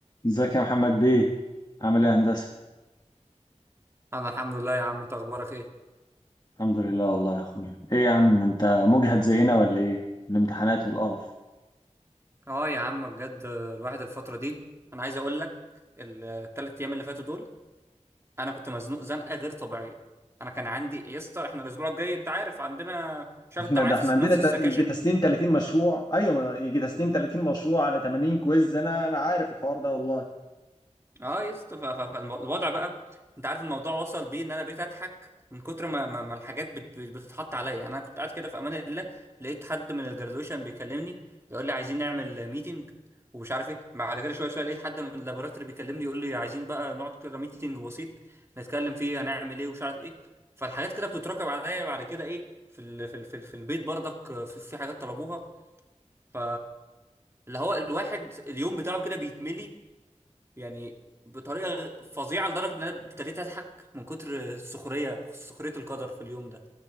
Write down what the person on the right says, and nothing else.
انا الحمد لله يا عم انت اخبارك ايه
اه يا عم بجد الواحد الفتره دي انا عايز اقول لك الثلاث ايام اللي فاتوا دول انا كنت مزنوق زنقه غير طبيعيه انا كان عندي يا اسطى احنا الاسبوع الجاي انت عارف عندنا شايف
انت معايا
في
نفس
السكاشن
اه يا اسطى ف- ف- فالوضع بقى انت عارف الموضوع وصل بيه ان انا بقيت اضحك من كتر ما ما, ما الحاجات بت بت- بتتحط عليا يعني انا كنت قاعد كده في امان الله لقيت حد من الجرادويشن بيكلمني يقول لي عايزين نعمل ميتنج ومش عارف ايه بعد كده شويه شويه لقيت حد من اللابوراتوري بيكلمني يقول لي عايزين بقى نقعد كده ميتنج بسيط نتكلم فيه هنعمل ايه ومش عارف ايه فالحاجات كده بتتراكم عليا بعد كده ايه في ال في ال في, ال في البيت برضك في, في حاجات طلبوها ف اللي هو الواحد اليوم بتاعه كده بيتملي يعني بطريقه فظيعه لدرجه ان انا ابتديت اضحك من كتر السخريه سخريه القدر في اليوم ده